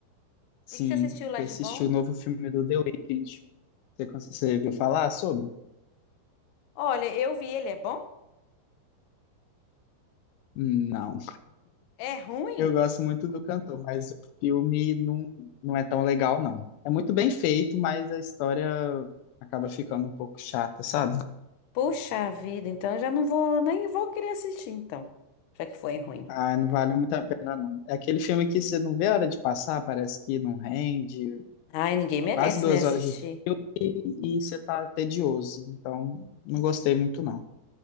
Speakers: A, on the left; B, on the left.
A: Sim,
B: E que você assistiu lá
A: fui
B: de
A: assistir
B: bom?
A: o novo filme do The Weeknd. Você, cons- você viu falar sobre?
B: Olha, eu vi ele, é bom?
A: Não.
B: É ruim?
A: Eu gosto muito do cantor, mas o filme não, não é tão legal, não. É muito bem feito, mas a história acaba ficando um pouco chata, sabe?
B: Puxa vida, então eu já não vou, nem vou querer assistir então, já que foi ruim.
A: Ah, não vale muito a pena, não. É aquele filme que você não vê a hora de passar, parece que não rende,
B: Ai, ninguém merece,
A: quase duas
B: né, assistir.
A: horas de filme e você tá tedioso. Então, não gostei muito, não.